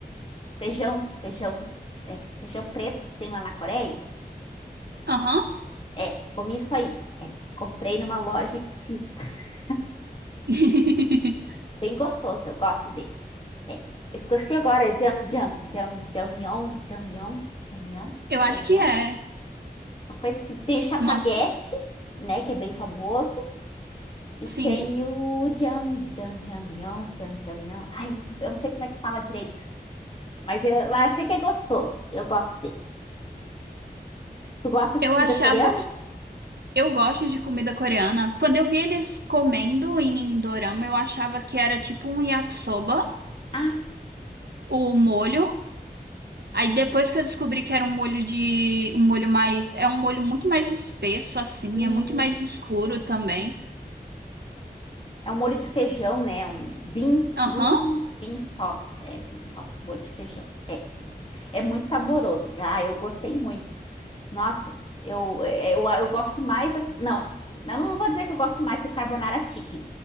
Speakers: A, on the left; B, on the right.
A: feijão, feijão, é, feijão preto que tem lá na Coreia?
B: Aham.
A: É, comi isso aí. É, comprei numa loja e fiz. <laughs>
B: <laughs>
A: Bem gostoso, eu gosto desse. É, esqueci agora, é jam, jam, jam, jamion, jamion, jamion,
B: Eu acho
A: jamion.
B: que é.
A: uma coisa assim. Tem o Chapaguete,
B: Nossa,
A: né, que é bem famoso, e
B: sim.
A: tem o Jam, Jam, Jamião, Jam, Jamião. Ai, eu não- sei- eu não sei como é que fala direito, mas eu, mas eu sei que é gostoso. Eu gosto dele. Tu gosta de
B: Eu
A: comida
B: achava
A: coreana?
B: que eu gosto de comida coreana. Quando eu vi eles comendo em dorama, eu achava que era tipo um yakisoba,
A: Ah,
B: o molho. Aí depois que eu descobri que era um molho de um molho mais, é um molho muito mais espesso assim,
A: isso.
B: é muito mais escuro também.
A: É um molho de feijão, né? Um bean,
B: Aham.
A: bean, bean sauce. É, bean sauce, molho de feijão. É isso. É muito saboroso. Ah, eu gostei muito. Nossa, eu, é, eu, eu gosto mais. Não, eu não vou dizer que eu gosto mais que o carbonara chicken.